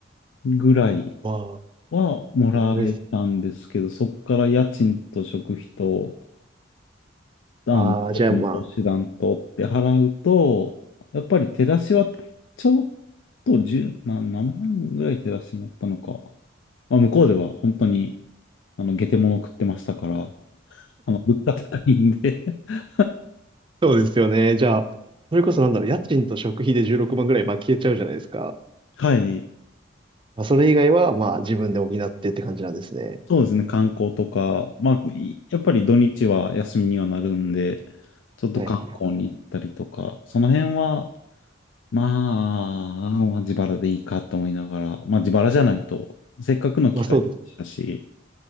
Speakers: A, on the left (about 75°); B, on the right (about 25°).
A: ぐらい
B: わあ、
A: はもらえたんですけど、
B: すごいっす。
A: そこから家賃と食費と、あの、
B: ああ、じゃあまあ、
A: 投資団とって払うと、やっぱり手出しはちょっと十何、な何万ぐらい手出しになったのか。まあ、向こうでは本当に、あの、下手物食ってましたから、あの、物価高いんで <laughs>
B: そうですよね。じゃあ、それこそなんだろう、家賃と食費で16万ぐらい、まあ消えちゃうじゃないですか。
A: はい。
B: まあ、それ以外は、まあ、自分で補ってって感じなんですね。
A: そうですね、観光とか、まあ、いやっぱり土日は休みにはなるんで、ちょっと観光に行ったりとか、
B: はいはいはい。
A: その辺は、まあ、まあ自腹でいいかと思いながら、まあ自腹じゃないと、せっかくの機会でしたし、
B: まあ、そうです。